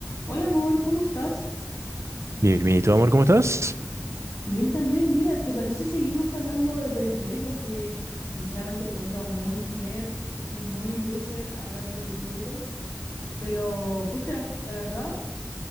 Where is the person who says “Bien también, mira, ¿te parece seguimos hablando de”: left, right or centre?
Left